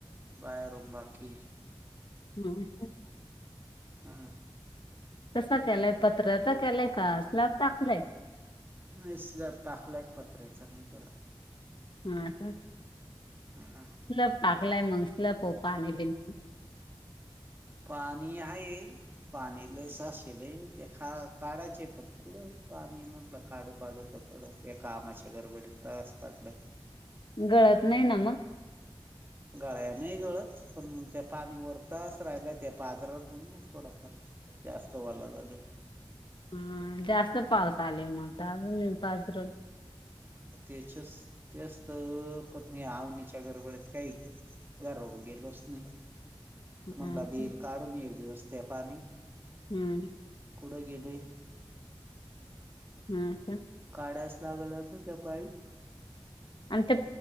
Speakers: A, on the right (about 25°); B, on the left (about 60°).
A: बाहेरून बाकी.
B: <unintelligible>
A: हा.
B: कसा केलाय पत्र्याचा केलाय का स्लाप टाकलाय?
A: नाय स्लॅप टाकलाय पत्र्याचा नाय केला.
B: हा का.
A: हा.
B: स्लॅप टाकलाय मग स्लॅपव पाणी बिनी?
A: पाणी हाये. पाणी लय साचिले ते काढायचे पटल पाणी म्हटलं काढू काढू तर परत या कामाच्या गडबडीत तास पडलय.
B: गळत नाय ना मग?
A: गळ्या नाही गळत पण मग त्या पाणी वर तसच राहिल्या त्या पाजरत ना थोडापण. जास्त वालग
B: हा जास्त पाऊस आलाय मग अजून पजरल.
A: त्याच्या तेचत पत्नी आवनीच्या गडबडत काही. घरावर गेलोच नाही.
B: हा
A: म्हटलं दिल
B: का
A: काढून एक दिवस ते पाणी.
B: हम्म
A: कुड घेले.
B: हा का.
A: काढायस लागलत त्या पाई.
B: आणि ते